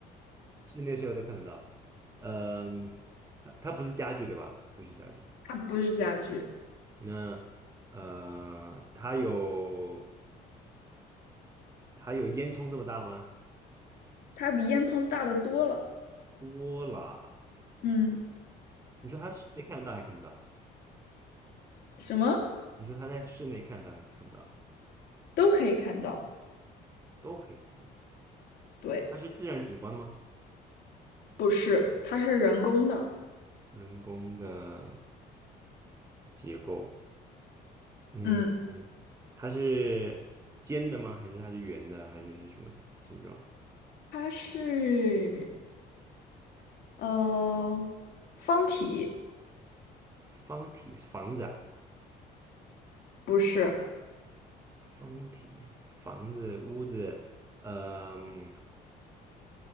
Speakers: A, on the right (about 20°); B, on the left (about 70°).
A: 室内室外都看得到。嗯，它它不是家具对吧？不是家具，
B: 它不是家具，
A: 那呃，它有它有烟囱这么大吗？
B: 它比烟囱大得多了。
A: 多了。
B: 嗯，
A: 你说它室内看得到还看不到？
B: 什么
A: 你说它在室内看得到还是看不到？
B: 都可以看到。
A: 都可以看到。
B: 对，
A: 它是自然景观吗？
B: 不是，它是人工的。
A: 人工的结构，嗯嗯，
B: 嗯，
A: 它是尖的吗？还是它是圆的？还是是什么的形状？
B: 它是。呃，方体
A: 方体房子啊，
B: 不是，
A: 方体房子屋子，呃嗯